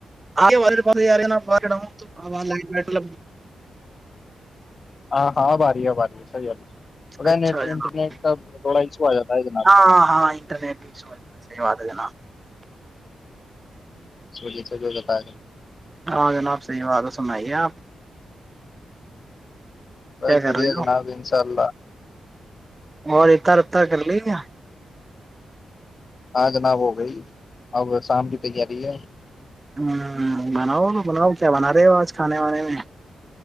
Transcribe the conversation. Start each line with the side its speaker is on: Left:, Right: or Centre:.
Right: آگ <unintelligible> ار نا پ تو <unintelligible> ملب <unintelligible>
Left: ہاں ہاں آ باری ہے باری ہے <unintelligible>
Right: اچھا
Left: ہے نیٹ
Right: جناب
Left: انٹرنیٹ کا تھوڑا ایشو آ جاتا ہے جناب
Right: ہاں ہاں انٹرنیٹ بھیا صحی بات ہے جناب <unintelligible>
Left: چو ج س جو بتا رہ <unintelligible>
Right: ہاں جناب صحی بات ہے سنائیے آپ
Left: بس
Right: کیا کر
Left: بڑھیا
Right: رہے
Left: جناب
Right: ہو
Left: انشاء اللہ
Right: اور ات رت کر لی گیا <unintelligible>
Left: ہاں جناب ہو گئی اب شام کی تیاری ہے
Right: ہ بناؤ تو بناؤ کیا بنا رہے ہو آج کھانے وانے میں